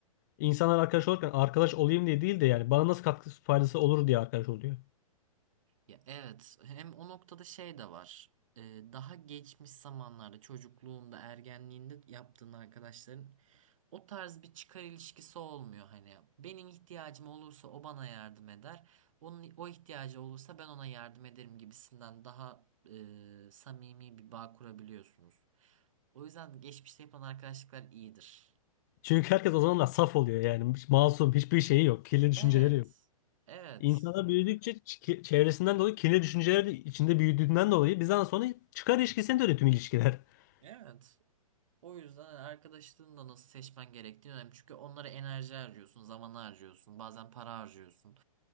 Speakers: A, on the left; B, on the right.
A: İnsanlar arkadaş olurken arkadaş olayım diye değil de yani bana nasıl katkısı faydası olur diye arkadaş oluyor.
B: Ya evet hem o noktada şey de var. Ee, daha geçmiş zamanlarda çocukluğunda ergenliğinde yaptığın arkadaşların o tarz bir çıkar ilişkisi olmuyor hani benim ihtiyacım olursa o bana yardım eder onun o ihtiyacı olursa ben ona yardım ederim gibisinden daha e, samimi bir bağ kurabiliyorsunuz. O yüzden geçmişte yapılan arkadaşlıklar iyidir.
A: Çünkü herkes o zamanlar saf oluyor yani. Hiç Masum hiçbir şeyi yok. Kirli düşünceleri
B: Evet.
A: yok.
B: Evet.
A: İnsana
B: Hani
A: büyüdükçe çi- çevresinden dolayı kirli düşünceler de içinde büyüdüğünden dolayı bizden sonra çıkar ilişkisine dönüyor tüm ilişkiler. <laughs>
B: evet. O yüzden hani arkadaşlığını da nasıl seçmen gerektiği önemli. Çünkü onlara enerji harcıyorsun, zaman harcıyorsun, bazen para harcıyorsun.